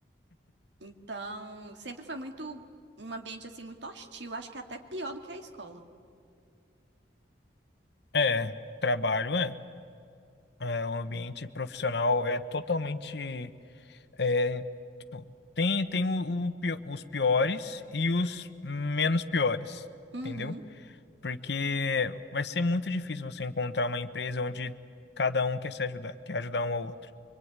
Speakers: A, on the right; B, on the left.
A: Então, sempre foi muito um ambiente assim muito hostil, acho que é até pior do que a escola.
B: É, trabalho é. É, o ambiente profissional é totalmente. É, tipo, tem tem o, o pio- os piores e os menos piores,
A: Uhum.
B: entendeu? Porque vai ser muito difícil você encontrar uma empresa onde cada um quer se ajudar, quer ajudar um ao outro.